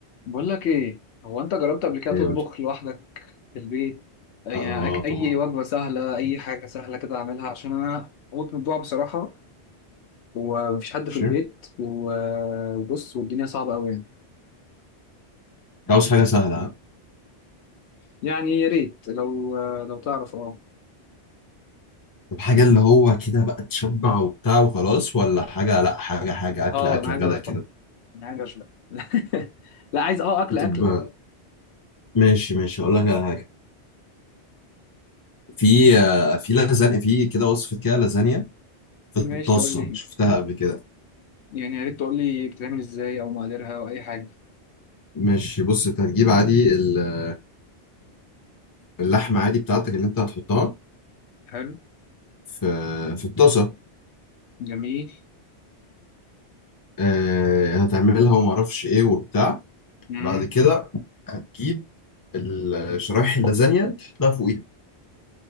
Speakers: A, on the left; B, on the left.
A: بقول لك ايه هو انت جربت قبل كده
B: يقول
A: تطبخ
B: لي
A: لوحدك في البيت يعني
B: اه آه،
A: أك-
B: طبعا
A: اي وجبه سهله اي حاجه سهله كده اعملها عشان انا هموت من الجوع بصراحه ومفيش حد
B: ماشي
A: في البيت و- وبص والدنيا صعبه قوي يعني
B: عاوز حاجه سهله ها؟
A: يعني يا ريت لو لو تعرف اه
B: طب حاجه اللي هو كده بقى تشبع وبتاع وخلاص ولا حاجه لا حاجه حاجه اكل
A: اه
B: اكل
A: انا عايز
B: غدا
A: اشبع
B: كده
A: انا عايز اشبع <laughs> لا عايز اه اكل اكله
B: طب ماشي ماشي اقول لك على حاجه في آه، في لازانيا في كده وصفه كده لازانيا في
A: ماشي
B: الطاسه
A: قول لي
B: شفتها قبل كده
A: يعني يا ريت تقول لي بتتعمل ازاي او مقاديرها او اي حاجه
B: ماشي بص انت هتجيب عادي ال- اللحمه عادي بتاعتك اللي انت هتحطها
A: حلو
B: في في الطاسه
A: جميل
B: آه، هتعملها وما اعرفش ايه وبتاع
A: امم
B: بعد كده هتجيب ال- شرايح اللازانيا تحطها فوقيها